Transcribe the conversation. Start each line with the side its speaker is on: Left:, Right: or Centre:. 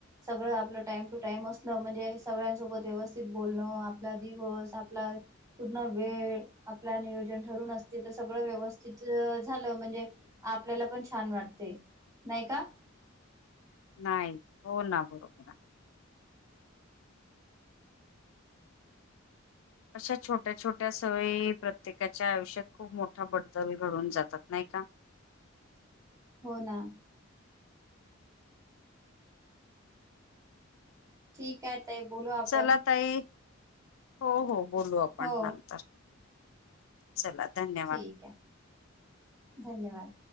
Right: सगळं आपलं टाइम टू टाइम असलं म्हणजे सगळ्यांसोबत व्यवस्थित बोलणं आपला दिवस आपला पूर्ण वेळ आपलं नियोजन ठरून असते तर सगळं व्यवस्थित तिथं झालं म्हणजे आपल्याला पण छान वाटते नाही का
Left: नाही हो ना बरोबर अशा छोट्या छोट्या सवयी प्रत्येकाच्या आयुष्यात खूप मोठा बदल घडून जातात नाही का
Right: हो ना ठीक आहे ताई बोलू आपण
Left: चला ताई हो हो बोलू आपण
Right: हो
Left: नंतर चला धन्यवाद
Right: ठीक आहे धन्यवाद